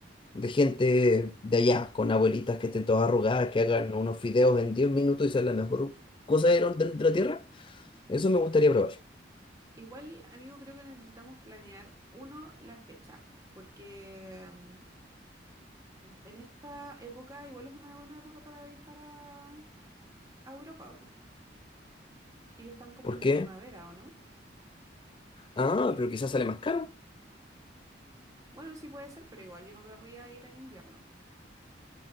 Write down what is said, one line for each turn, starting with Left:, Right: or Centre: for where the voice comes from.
Left: de gente de allá, con abuelitas que estén todas arrugadas, que hagan unos fideos en 10 minutos y sea la mejor cosa de la, de la tierra. Eso me gustaría probar.
Right: Igual, amigo, creo que necesitamos planear, uno, la fecha, porque em, en esta época igual es una buena época para viajar a, a Europa, po, porque ellos están como
Left: ¿Por
Right: en
Left: qué?
Right: primavera, ¿o no?
Left: Ah, pero quizás sale más caro.
Right: Bueno, sí puede ser, pero igual yo no querría ir en invierno.